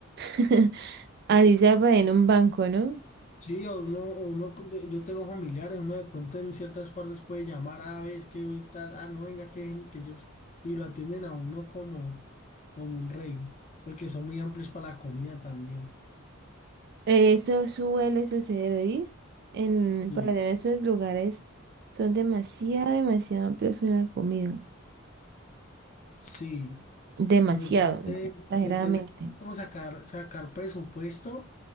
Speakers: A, on the right; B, on the left.
A: <laughs> Así sea para en un banco, ¿no?
B: Sí, o uno, o uno, yo tengo familiares, uno de pronto en ciertas partes puede llamar a veces que hoy tal, ah, no, venga, que, ven", que ellos, y lo atienden a uno como, como un rey, porque son muy amplios para la comida también.
A: Eh, Eso suele suceder, ¿oís? En,
B: Sí,
A: para tener esos lugares son demasiado, demasiado amplios en la comida.
B: sí.
A: Demasiado,
B: Pues entonces,
A: exageradamente.
B: pues entonces como sacar, sacar presupuesto